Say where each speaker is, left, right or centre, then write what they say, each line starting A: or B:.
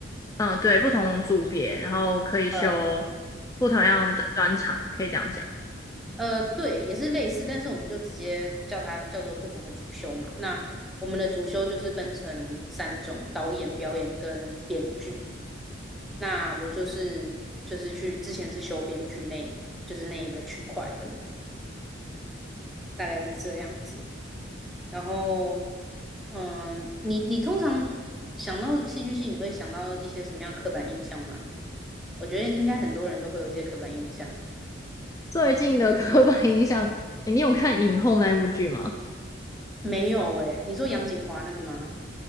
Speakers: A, on the left; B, in the centre.
A: 嗯，对，不同组别，然后可以修
B: 呃
A: 不同样的专长，可以这样讲。
B: 呃，对，也是类似，但是我们就直接叫它叫做不同的主修嘛。那我们的主修就是分成三种：导演、表演跟编剧。那我就是就是去之前是修编剧那，就是那一个区块的，大概是这样子。然后，嗯，呃你你通常想到戏剧系，你会想到一些什么样的刻板印象吗？我觉得应该很多人都会有一些刻板印象。
A: 最近的 <laughs> 刻板印象，诶你有看《影后》那部剧吗？
B: 没有诶，你说杨锦华那个吗？